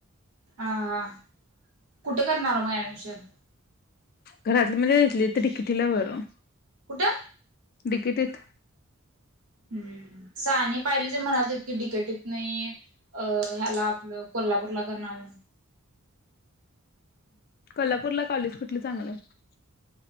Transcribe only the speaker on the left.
घरातली म्हजे येतली तर टिकिटिलार त
िकेटेत
कोल्हापूरला कॉलेज कुठलं चांगलं हाय?